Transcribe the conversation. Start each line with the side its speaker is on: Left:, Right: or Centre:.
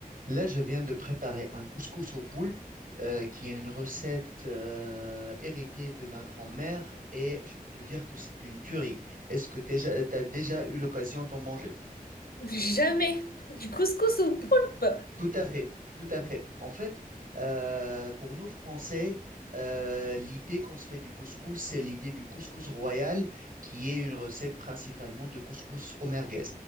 Right: Là, je viens de préparer un couscous au poulpe, euh, qui est une recette euh, héritée de ma grand-mère, et je peux te dire que c'est une tuerie. Est-ce que tu as déjà t'as déjà eu l'occasion d'en manger?
Left: Jamais. Du couscous au poulpe.
Right: Tout à fait, tout à fait. En fait, euh, pour nous Français, euh, l'idée qu'on se fait du couscous, c'est l'idée du couscous royal, qui est une recette principalement de couscous au merguez.